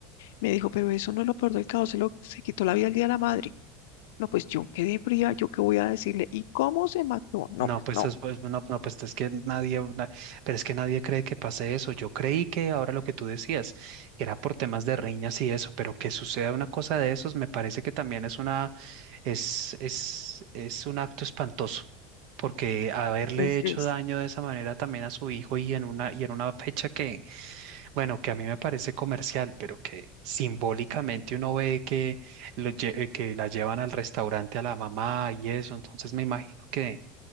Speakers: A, on the left; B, on the right.
A: Me dijo, pero eso no es lo peor del caso, se, lo, se quitó la vida el día de la madre. No, pues yo quedé fría, yo qué voy a decirle, ¿y cómo se mató? No,
B: No,
A: pues
B: pues,
A: no.
B: es, pues, no, no, pues es que nadie, na- pero es que nadie cree que pase eso. Yo creí que ahora lo que tú decías, que era por temas de riñas y eso, pero que suceda una cosa de esos, me parece que también es una, es, es, es un acto espantoso, porque haberle
A: Es-
B: hecho
A: es-
B: daño de esa manera también a su hijo y en una, y en una fecha que bueno, que a mí me parece comercial, pero que simbólicamente uno ve que, lo lle- eh, que la llevan al restaurante a la mamá y eso, entonces me imagino que